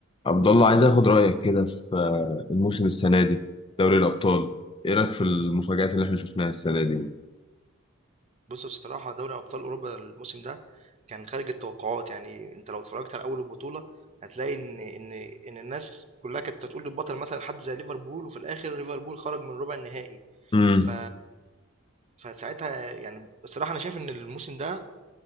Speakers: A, on the left (about 25°); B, on the right (about 30°).
A: عبد الله عايز اخد رايك كده في آه، الموسم السنه دي دوري الابطال ايه رايك في المفاجآت اللي احنا شفناها السنه دي
B: بُص بصراحة دوري أبطال أوروبا الموسم ده كان خارج التوقعات، يعني أنت لو اتفرجت على أول البطولة هتلاقي إن إن إن الناس كلّها كانت هتقول البطل مثلًا حد زي ليفربول، وفي الآخر ليفربول خرج من ربع النهائي،
A: امم
B: ف فساعتها يعني بصراحة أنا شايف إن الموسم ده